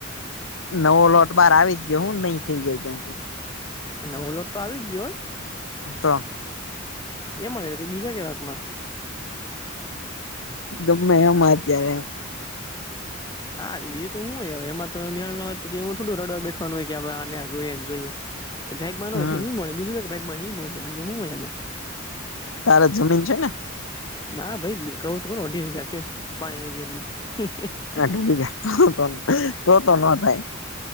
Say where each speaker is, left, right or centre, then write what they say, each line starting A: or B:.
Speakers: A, on the left (about 80°); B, on the left (about 20°).
A: નવો લોટ બાર આવી જ ગયો શું નહી થઇ જાય ત્યાં તો.
B: નગલ. ત્યાં ગયો.
A: તો,
B: એ મા કે બીજા કેવાકમાં,
A: ગમે એમ ત્યારે,
B: હા બીજું તો શું હોય હવે એમાં મે હો પછી એવું થોડું રડવા બેઠવાનું હોય કે આને જોએ ને જોઈએ, એ ભાગમાં ન
A: હમ
B: હોય તો શું મળે બીજું કે ભાગમાં શું મળશે છે બીજું શું હોય એમાં,
A: તારા જમીન છે ને,
B: ના ભાઈ કહ્યું તો કોને ચઢી ગયા છે પાણી હો ગયા એ,
A: હા ઠીક વાત,